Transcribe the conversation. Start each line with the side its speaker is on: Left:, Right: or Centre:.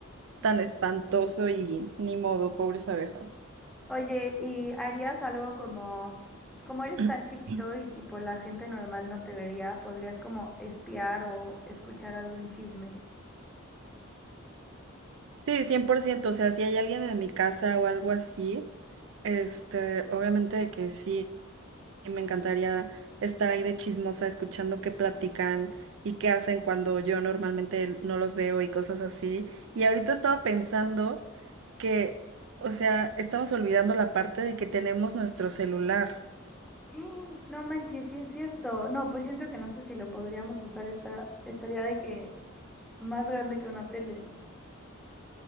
Right: tan espantoso y ni modo, pobres abejas.
Centre: Oye, ¿y harías algo como, como eres
Right: <clears throat>
Centre: tan chiquito y tipo la gente normal no te vería, podrías como espiar o escuchar algún chisme?
Right: Sí, 100%. o sea, si hay alguien en mi casa o algo así, este, obviamente que sí. y me encantaría estar ahí de chismosa escuchando qué platican y qué hacen cuando yo normalmente no los veo y cosas así. Y ahorita estaba pensando que, o sea, estamos olvidando la parte de que tenemos nuestro celular.
Centre: ¡Ah! No manches, sí es cierto. No, pues siento que no sé si lo podríamos usar esta, estaría de que más grande que una tele.